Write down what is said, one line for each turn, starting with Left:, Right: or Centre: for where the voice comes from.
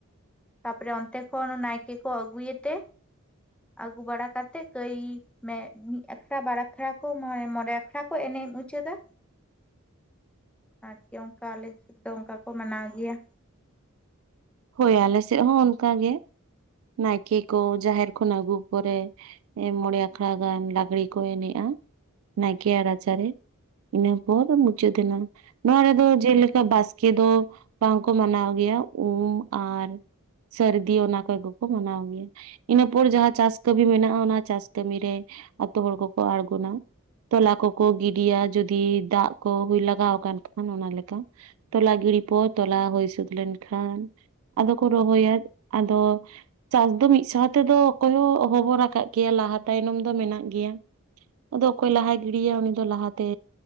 Centre: ᱛᱟᱨᱯᱚᱨᱮ ᱚᱱᱛᱮ ᱠᱷᱚᱱ ᱱᱟᱭᱠᱮ ᱠᱚ ᱟᱹᱜᱩᱭᱮᱛᱮ ᱟᱹᱜᱩ ᱵᱟᱲᱟ ᱠᱟᱛᱮᱫ ᱠᱟᱹᱭ ᱢᱮ ᱢᱤᱫ ᱟᱠᱷᱟᱲᱟ ᱵᱟᱲᱟ ᱟᱠᱷᱲᱟ ᱠᱚ ᱢᱮ ᱢᱚᱬᱮ ᱟᱠᱷᱲᱟ ᱠᱚ ᱮᱱᱮᱡ ᱢᱩᱪᱟᱹᱫᱟ ᱟᱨᱠᱤ ᱚᱱᱠᱟ ᱟᱞᱮ ᱥᱮᱫ ᱫᱚ ᱚᱱᱠᱟ ᱠᱚ ᱢᱟᱱᱟᱣ ᱜᱮᱭᱟ
Right: ᱦᱳᱭ ᱟᱞᱮ ᱥᱮᱫ ᱦᱚᱸ ᱚᱱᱠᱟ ᱜᱮ ᱱᱟᱭᱠᱮ ᱠᱚ ᱡᱟᱦᱮᱨ ᱠᱷᱚᱱ ᱟᱹᱜᱩ ᱯᱚᱨᱮ ᱢᱚᱬᱮ ᱟᱠᱷᱲᱟ ᱜᱟᱱ ᱞᱟᱜᱽᱲᱮ ᱠᱚ ᱮᱱᱮᱡᱼᱟ ᱱᱟᱭᱠᱮᱭᱟᱜ ᱨᱟᱪᱟᱨᱮ ᱤᱱᱟᱹ ᱯᱚᱨ ᱢᱩᱪᱟᱹᱫᱮᱱᱟ ᱱᱚᱣᱟ ᱨᱮᱫᱚ ᱡᱮᱞᱮᱠᱟ ᱵᱟᱥᱠᱮ ᱫᱚ ᱵᱟᱝᱠᱚ ᱢᱟᱱᱟᱣ ᱜᱮᱭᱟ ᱩᱢ ᱟᱨ ᱥᱟᱹᱨᱫᱤ ᱚᱱᱟ ᱠᱚᱜᱮ ᱠᱚ ᱢᱟᱱᱟᱣ ᱜᱮᱭᱟ ᱤᱱᱟᱹᱯᱚᱨ ᱡᱟᱦᱟᱸ ᱪᱟᱥ ᱠᱟᱹᱢᱤ ᱢᱮᱱᱟᱜᱼᱟ ᱚᱱᱟ ᱪᱟᱥ ᱠᱟᱹᱢᱤᱨᱮ ᱟᱛᱳ ᱦᱚᱲ ᱠᱚᱠᱚ ᱟᱲᱜᱚᱱᱟ ᱛᱚᱞᱟ ᱠᱚᱠᱚ ᱜᱤᱰᱤᱭᱟ ᱡᱩᱫᱤ ᱫᱟᱜ ᱠᱚ ᱦᱩᱭ ᱞᱟᱜᱟᱣ ᱟᱠᱟᱱ ᱠᱷᱟᱱ ᱚᱱᱟ ᱞᱮᱠᱟ ᱛᱚᱞᱟ ᱜᱤᱲᱤ ᱯᱚᱨ ᱛᱚᱞᱟ ᱦᱩᱭ ᱥᱟᱹᱛ ᱞᱮᱱᱠᱷᱟᱱ ᱟᱫᱚ ᱠᱚ ᱨᱚᱦᱚᱭᱟ ᱟᱫᱚ ᱪᱟᱥ ᱫᱚ ᱢᱤᱫ ᱥᱟᱶ ᱛᱮᱫᱚ ᱚᱠᱚᱭ ᱦᱚᱸ ᱚᱸᱦᱚ ᱵᱚ ᱨᱟᱠᱟᱵ ᱜᱮᱭᱟ ᱞᱟᱦᱟ ᱛᱟᱭᱱᱚᱢ ᱫᱚ ᱢᱮᱱᱟᱜ ᱜᱮᱭᱟ ᱟᱫᱚ ᱚᱠᱚᱭ ᱞᱟᱦᱟᱭ ᱜᱤᱰᱤᱭᱟ ᱩᱱᱤ ᱫᱚ ᱞᱟᱦᱟᱛᱮ